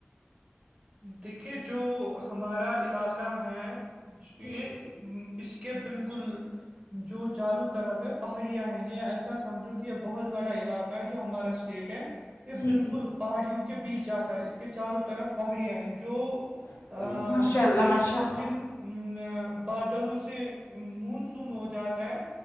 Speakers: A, on the right; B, on the left.
A: دیکھیے جو ہمارا علاقہ ہے
B: جی
A: یہ اس کے بالکل جو چاروں طرف ہے پہاڑیاں ہیں گ ایسا سمجھو کہ یہ بہت بڑا علاقہ ہے جو ہمارا اسٹیٹ ہے یہ
B: جی
A: بالکل
B: جی
A: پہاڑیوں کے بیچ آتا ہے اس کے چاروں طرف پہاڑیاں ہیں جو
B: جی
A: ا
B: ماشاء اللہ
A: جس
B: ماشاء اللہ
A: جن ا بادلوں سے مونسون ہو جاتا ہے